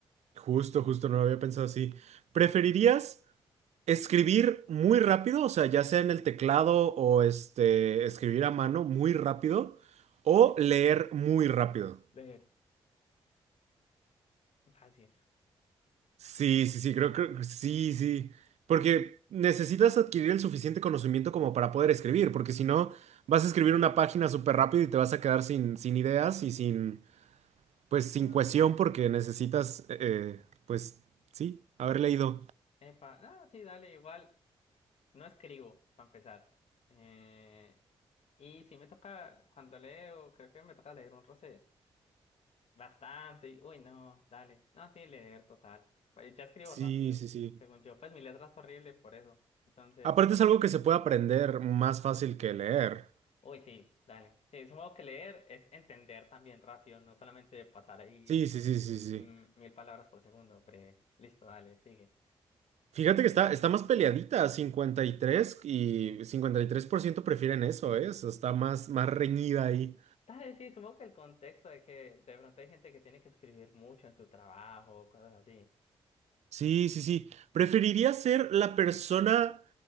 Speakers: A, on the right; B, on the left.
A: Justo, justo, no lo había pensado así. ¿Preferirías? Escribir muy rápido, o sea, ya sea en el teclado o este, escribir a mano muy rápido o leer muy rápido.
B: Leer. Fácil.
A: Sí, sí, sí, creo que sí, sí, porque necesitas adquirir el suficiente conocimiento como para poder escribir, porque si no, vas a escribir una página súper rápido y te vas a quedar sin, sin ideas y sin, pues,
B: No,
A: sin cohesión
B: sí, dale.
A: porque necesitas, eh, pues, sí, haber leído.
B: Epa, no, sí, dale, igual, no escribo, para empezar. Eh, y si me toca, cuando leo, creo que me toca leer un roce bastante, y, uy, no, dale, no, sí, leer, total. Pues ya escribo
A: Sí,
B: rápido,
A: sí, sí.
B: según yo, pues mi letra es horrible por eso, entonces...
A: Aparte es algo que se puede aprender más fácil que leer.
B: Uy, sí, dale. Sí, supongo que leer es entender también rápido, no solamente pasar ahí
A: Sí, sí, sí,
B: mm,
A: sí, sí.
B: mm, mil palabras por segundo, pero listo, dale, sigue.
A: Fíjate que está, está más peleadita, cincuenta y tres tres y cincuenta y cincuenta por ciento prefieren eso, ¿eh? O sea, está más, más reñida ahí.
B: Dale, sí, supongo que el contexto de que de pronto hay gente que tiene que escribir mucho en su trabajo, cosas así.
A: Sí, sí, sí. ¿Preferirías ser la persona